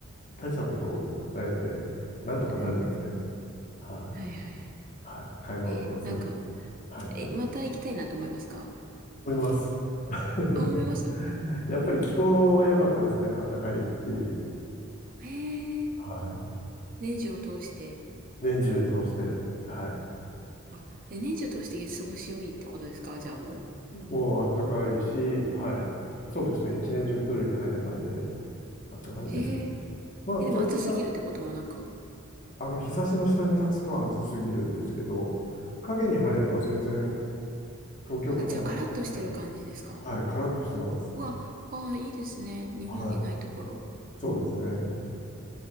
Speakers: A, on the left; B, on the right.
A: 大したことないので、なんとかなるんですけどね。
B: うんうん
A: はい。
B: はいはい。
A: はい。買い物とかする。
B: えー、なんか、
A: はい。
B: え、また行きたいなと思いますか
A: 思います。<laughs>
B: あ、思います
A: やっぱり気候は良かったですね。暖かいっていう。
B: へえ、
A: はい。
B: 年中を通して。
A: 年中通して。はい。
B: あ、え、年中を通して過ごし良いってことですかじゃあも
A: もうあったかいし、はい。そうですね。一年中プールに入れたんで、あったかいんですけど。
B: う。へえ、
A: まあ、
B: え、でも暑すぎるってこともなく。
A: ちょっとした、あの、日差しの下に立つと暑すぎるんですけど、影に入れば全然、
B: はい。
A: 東京とかの暑さより、
B: あ、じゃあカラッとしてる感じですか
A: はい、カラッとしてます。
B: うわ、ああ、いいですね。日本にないところ。
A: はい。そうですね。